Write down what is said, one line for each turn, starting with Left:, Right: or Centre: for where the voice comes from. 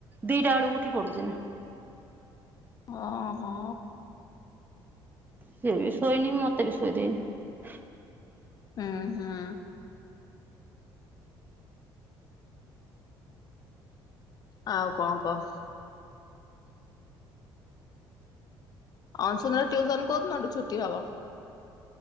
Right: ଦିଟା ବେଳକୁ ଉଠି ପଡୁଛି ନା
Left: ହ ହୋ।
Right: ସିଏ ବି ଶୋଇନି ମତେ ବି ଶୋଇ ଦେଇନି।
Left: ହୁଁ ହୁଁ। ଆଉ କଣ କହ। ଅସୁନର ଟ୍ୟୁସନ କୋଉ ଦିନଠୁ ଛୁଟି ହବ?